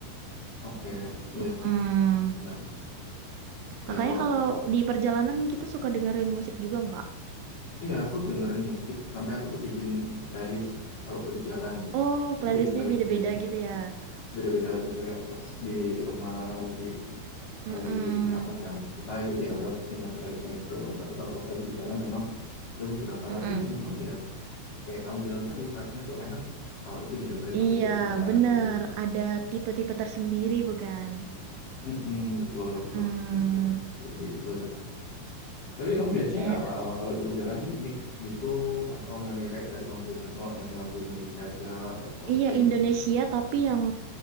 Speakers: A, on the left; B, on the right.
A: oke, iya
B: Mm-mm.
A: sih, benar. Ya
B: Kakaknya
A: kalau,
B: kalau di perjalanan gitu suka dengerin musik juga nggak?
A: iya aku dengerin musik sampai aku tuh bikin playlist kalau buat di jalan tuh.
B: Oh,
A: Aku
B: playlistnya
A: bikin playlist
B: beda-beda
A: sendiri
B: gitu
A: ya,
B: ya.
A: beda-beda. Jadi kayak pas di rumah lagi
B: Mm-mm.
A: lagi apa nyantai gitu ya udah denger playlist yang itu. Tapi kalau pas lagi di jalan memang ada beberapa
B: Mm-mm.
A: lagu yang memang ya kayak kamu bilang tadi vibe-nya tuh enak kalau itu didengerin
B: Iya,
A: pas lagi di perjalanan
B: bener.
A: kayak gitu.
B: Ada tipe-tipe tersendiri bukan?
A: Mm-mm, betul, betul
B: Mm-mm.
A: seperti itu. Kayak gitu. Tapi kamu biasanya
B: Biasanya
A: apa kalau di perjalanan mix gitu atau memang ya kayak tadi kamu bilang cuma yang lagu Indonesia aja atau Coldplay
B: Iya Indonesia
A: gitu.
B: tapi yang